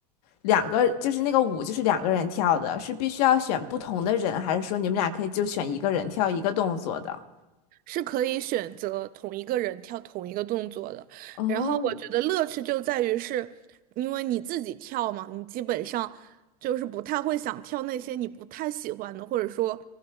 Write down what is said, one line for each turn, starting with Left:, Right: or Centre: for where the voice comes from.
Left: 两个，就是那个舞就是两个人跳的，是必须要选不同的人，还是说你们俩可以就选一个人跳一个动作的？
Right: 是可以选择同一个人跳同一个动作的。
Left: 哦，
Right: 然后我觉得乐趣就在于是，因为你自己跳嘛，你基本上就是不太会想跳那些你不太喜欢的，或者说，